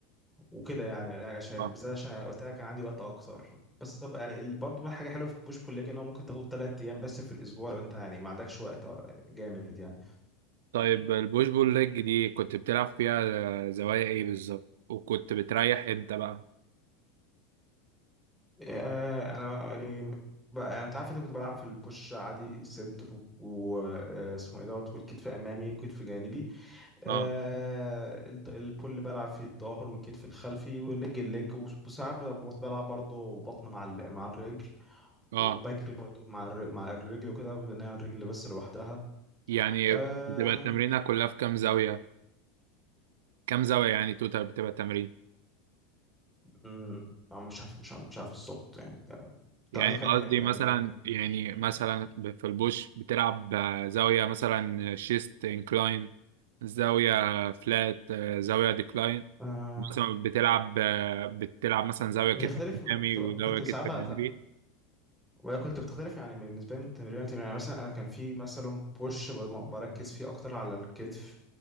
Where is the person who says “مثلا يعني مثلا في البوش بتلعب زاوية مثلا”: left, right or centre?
Right